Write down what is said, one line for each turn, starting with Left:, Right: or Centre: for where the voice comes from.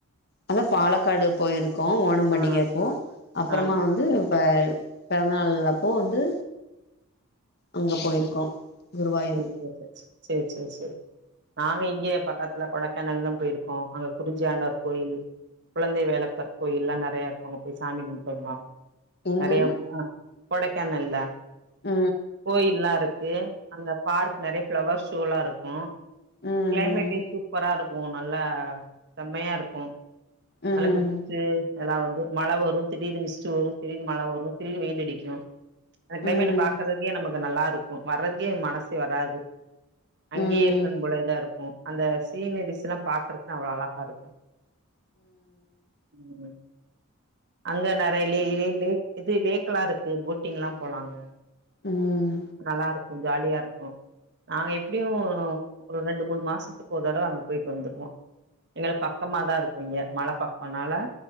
Left: அதா பாலக்காடு போயிருக்கோ ஓணம் பண்டிகையப்போ
Right: ஆ
Left: அப்பறமா
Right: ஆ ஆ.
Left: வந்து ப பெறந்தநாள் அப்போ வந்து அங்க போயிருக்கோ குருவாயூர்
Right: சேர் <inaudible> சேர் சேர் சேரி நாங்க இங்கேயே பக்கத்துல கொடைக்கானல்தா போயிருக்கோ அங்க குறிஞ்சியாண்டவர் கோயில் குழந்தைவேலப்பர் கோயில் எல்லா நெறையா இருக்கு அங்க போய் சாமி கும்ட்டு வந்தோ
Left: எங்கங்க
Right: நறைய கொடைக்கானல்ல
Left: ஆ
Right: கோயில்லா இருக்கு அங்க பார்க் நறைய ஃபளவர் ஷோவெல்லா இருக்கு
Left: ம்
Right: கிளைமேட்டே சூப்பரா இருக்கு நல்லா செம்மையா இருக்கு
Left: ம்
Right: மழ மிச்சு
Left: ம்
Right: எல்லா வந்து மழ வரு திடீர்னு மிஸ்டு வரு திடீர் மழ வரு திடீர்னு வெயில் அடிக்கு அந்த கிளைமேட்ட
Left: ம்
Right: பாக்குறதுக்கே நமக்கு நல்லா இருக்கு வர்றக்கே மனசு வராது அங்கேயே
Left: ம்
Right: இருக்கனு போலதா இருக்கு அந்த சீனரிஸ்ல்லா பாக்குறக்கு அவ்ளோ அழகா இருக்கு ம் அங்க நெறைய லே லே லேக் இது லேக் எல்லா இருக்கு போட்டிங்ல்லா போலாங்க
Left: ம்
Right: நல்லா இருக்கு ஜாலியா இருக்கு நாங்க எப்டியு ஒரு ரெண்டு மூணு மாசத்துக்கு ஒரு தடவ அங்க போயிட்டு வந்துருவோ எங்களுக் பக்கமாதா இருக்கு இங்க மல பக்கேனால